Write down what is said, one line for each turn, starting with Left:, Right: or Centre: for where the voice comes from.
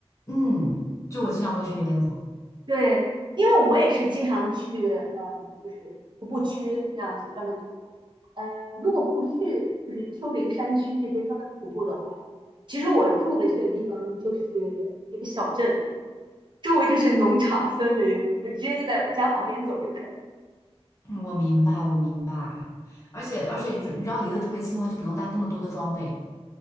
Left: 嗯，就我经常会去那边走。
Right: 对，因为我也是经常去，嗯，就是徒步区这样子专门徒步。嗯，如果不去就是丘陵山区那边专门徒步的话，其实我住的这个地方就是一个小镇，周围就是农场、森林，我直接就在家旁边走就可以了，
Left: 嗯我明白，我明白。而且而且，你知道离得特别近的话，就不用带那么多的装备。